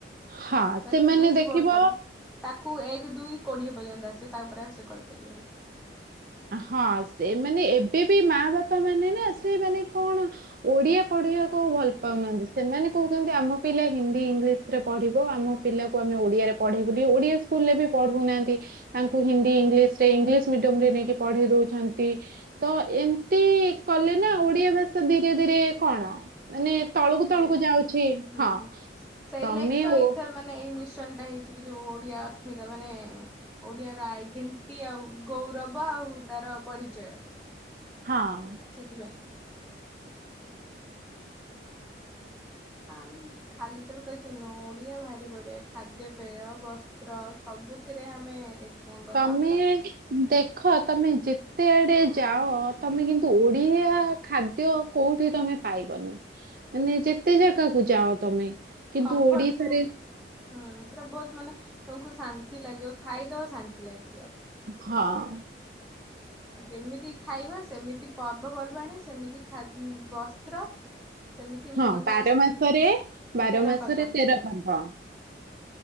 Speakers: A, on the right; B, in the centre.
A: ହଁ
B: ଠ
A: ସେମାନେ
B: ଏ ସି ବିିଏସି
A: ଦେଖିବ
B: ବୋଡତାର। ତାକୁ ଏକ ଦୁଇ କୋଡ଼ିଏ ପର୍ଯ୍ୟନ୍ତ ଆସିବ, ତାପରେ ଆଉ ସେ କହିପାରିବନି।
A: ହଁ, ସେମାନେ ଏବେବି ମା ବାପା ମାନେ ନା, ସେ ମାନେ କଣ ଓଡ଼ିଆ ପଢ଼ିବାକୁ ଆଉ ଭଲ ପାଉନାହାନ୍ତି, ସେମାନେ କହୁଛନ୍ତି, ଆମ ପିଲା ହିନ୍ଦୀ ଇଂଲିଶ୍‌ରେ ପଢ଼ିବ, ଆମ ପିଲାକୁ ଆମେ ଓଡ଼ିଆରେ ପଢ଼େଇବୁନି, ଓଡ଼ିଆ ସ୍କୁଲ୍‌ଲେ ବି ପଢ଼ଉନାଆନ୍ତି। ତାଙ୍କୁ ହିନ୍ଦୀ ଇଂଲିଶ୍‌ରେ, ଇଂଲିଶ୍‌ ମିଡିୟମ୍‌ରେ ନେଇକି ପଢ଼େଇ ଦଉଛନ୍ତି। ତ ଏମିତି କଲେ ନା, ଓଡ଼ିଆ ଭାଷା ଧିରେ ଧିରେ କଣ ମାନେ ତଳୁକୁ
B: ଲୋପ
A: ତଳୁକୁ
B: ପାଇବ।
A: ଯାଉଛି,
B: ହୁଁ।
A: ହଁ,
B: ସେଇ
A: ତମେ
B: ଲାଗି ତ
A: ଓ
B: ଏଇଥର ମାନେ ଏଇ ମିଶନଟା ହେଇଛି କି, ଯୋଉ ଓଡ଼ିଆ ଅସ୍ମିତା ମାନେ ଓଡ଼ିଆର ଆଇଡିଣ୍ଟି, ଆଉ ଗୌରବ, ଆଉ ତାର ପରିଚୟ
A: ହଁ
B: ସେଥିପାଇଁ ଆମ୍ ଖାଲି ତବେ କହିଛ, ନ ଓଡ଼ିଆ ଭାରି ବଢ଼ିଆ, ଖାଦ୍ୟପେୟ, ବସ୍ତ୍ର ସବୁଥିରେ ଆମେ ଏକ ନମ୍ବର
A: ତମେ
B: ଆମର
A: ଦେଖ, ତମେ ଯେତେ ଆଡ଼େ ଯାଅ, ତମେ କିନ୍ତୁ ଓଡ଼ିଆ ଖାଦ୍ୟ କୋଉଠି ତମେ ପାଇବନି, ମାନେ ଯେତେ ଜାଗାକୁ ଯାଅ ତମେ। କିନ୍ତୁ
B: କମ୍ଫଟ୍
A: ଓଡିଶାରେ
B: ଫୁଡ୍, ହଁ, ଏଟା ବହୁତ ମାନେ ତମକୁ ଶାନ୍ତି ଲାଗିବ, ଖାଇଦେବ, ଶାନ୍ତି ଲାଗିବ।
A: ହଁ
B: ଆ, ଯେମିତି ଖାଇବା, ସେମିତି ପର୍ବପର୍ବାଣି, ସେମିତି ଖା ବସ୍ତ୍ର ସେମିତି
A: ହଁ
B: ମୋଜ୍
A: ବାର
B: ମସ୍ତି,
A: ମାସରେ ବାର
B: ତେରା
A: ମାସରେ
B: ପର୍ବ।
A: ତେର ପର୍ବ।